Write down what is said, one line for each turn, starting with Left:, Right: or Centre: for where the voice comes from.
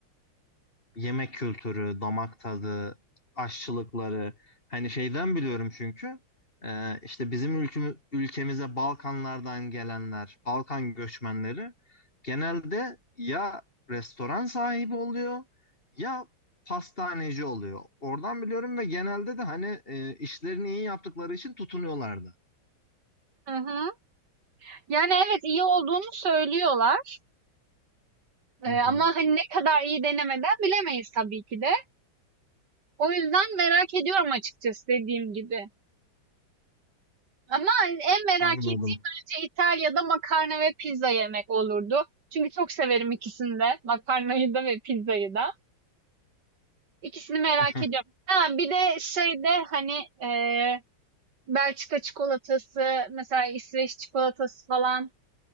Left: yemek kültürü, damak tadı, aşçılıkları hani şeyden biliyorum çünkü e, işte bizim ülkümü, ülkemize Balkanlardan gelenler, Balkan göçmenleri genelde ya restoran sahibi oluyor ya pastaneci oluyor. Oradan biliyorum ve genelde de hani e, işlerini iyi yaptıkları için tutunuyorlardı.
Right: Hı hı. Yani, evet, iyi olduğunu söylüyorlar, eee,
Left: Hı hı,
Right: ama, hani, ne kadar iyi denemeden bilemeyiz tabii ki de. O yüzden merak ediyorum açıkçası dediğim gibi. Ama en merak
Left: anladım.
Right: ettiğim bence İtalya'da makarna ve pizza yemek olurdu. Çünkü çok severim ikisini de. Makarnayı da ve pizzayı da. İkisini merak
Left: <laughs>
Right: ediyorum. Ha, bir de şeyde hani eee, Belçika çikolatası, mesela İsveç çikolatası falan.